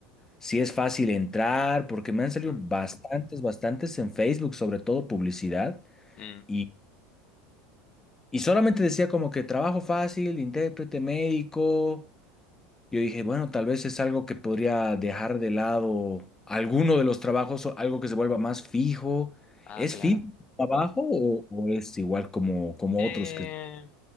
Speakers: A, on the left; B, on the left.
A: si es fácil entrar, porque me han salido
B: Mm,
A: bastantes, bastantes en Facebook, sobre todo publicidad,
B: mm.
A: y, y solamente decía como que trabajo fácil, intérprete médico. Yo dije, bueno, tal vez es algo que podría dejar de lado alguno de los trabajos o algo que se vuelva más fijo.
B: Ah,
A: ¿Es
B: claro.
A: fijo el trabajo o, o es igual como, como
B: Eh,
A: otros que